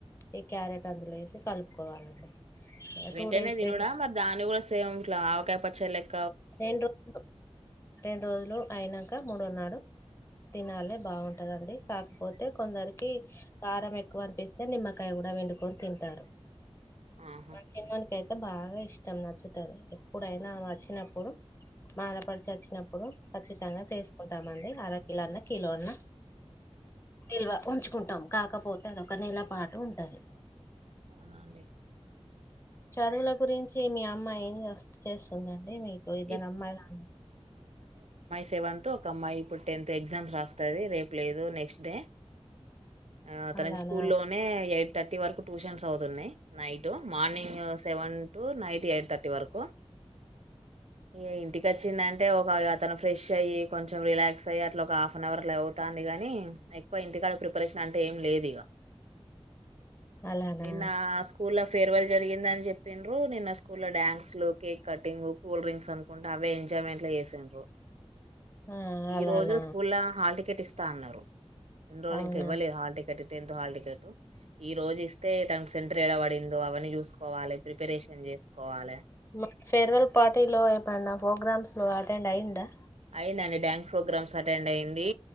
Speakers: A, on the left; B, on the right.
A: ఈ క్యారెట్ అందులో వేసి కలుపుకోవాలండి
B: వెంటనే
A: టూ డేస్
B: తినుడా
A: రెండు
B: మరి దాన్ని కూడా సేమ్ ఇట్లా పచ్చడ లెక్
A: రెండు రో రెండు రోజులు అయినాక మూడోన్నాడు తినాలి బాగుంటదండి కాకపోతే కొందరికి కి కారం ఎ క్కువ అనిపిస్తే నిమ్మకాయ కూడా పిండుకొని తింటారు.
B: ఆహా
A: మా చిన్నోని కైతే అ బాగా ఇష్టం నచ్చుతది, ఎప్పుడైనా ఆమ వచ్చినప్పు ప్పుడు మా ఆడపడుచు వచ్చినప్పుడు ఖచ్చితంగా చేసుకుంటామండి, అర కలో అన్న కిలో అన్న. నిల్వ ఉంచు కుంటాం కాకపోతే అదొక నెల పాటు ఉంటది.
B: అవునా అండి
A: చదువుల గురించి ఏమియా అమ్మా ఏం చేస్ చేస్తుందండి. టె మీకు ఇద్దరమ్మాయిలా
B: ఇప్ సెవెన్త్ ఒక అమ్మాయి ఇప్పుడు టెన్త్ ఎగ్జామ్స్ రాస్తాది రేపు లేదు నెక్స్ట్ డే ఆ తనకి
A: అలానా
B: స్కూల్ లోనే ఎ థర్టీ వరకు ట్యూషన్స్ అవుతున్నాయి night morning seven to night eight thirty వరకు ఇగ ఇంటికచ్చిందంటే ఒక అతను ఫ్రెష్ అయ్యి కొంచెం రిలాక్స్ అయ్యి అట్లా ఒక హాఫ్ నవర్ అట్ల అవుతాంది కానీ ఎక్కువ ఇంటికాడ ప్రిపరేషన్ అంటే ఏం లేదిగ
A: అలానా
B: నిన్న స్కూల్ ల ఫేర్వల్ జరిగిందని చెప్పిండ్రు నిన్న స్కూల్ లో డ్యాన్స్ లు కేక్ కటింగ్ కూల్ డ్రింక్స్ అనుకుంటే అవే ఎంజాయ్మెంట్ లో చేసిండ్రు
A: ఆ
B: ఈ
A: అలానా
B: రోజు స్కూల్ ల హాల్టి కెటిస్తా అన్నారు ఇన్ని రోల్
A: అవునా
B: ఇంక ఇవ్వలే hall ticket tenth hall ticket ఈ రోజు ఇస్తే తనకు సెంటర్ ఏడ పడిందో అవన్నీ చూసుకోవాలి ప్రిపరేషన్ చేసుకోవాలె
A: మా ఫేర్వెల్ పార్టీలో ఏమన్నా ప్రోగ్రామ్స్ లో వా ఎట్టేంటయిందా
B: అయిందండి డ్యాన్స్ ప్రోగ్రామ్స్ అటెండ్ అయిింది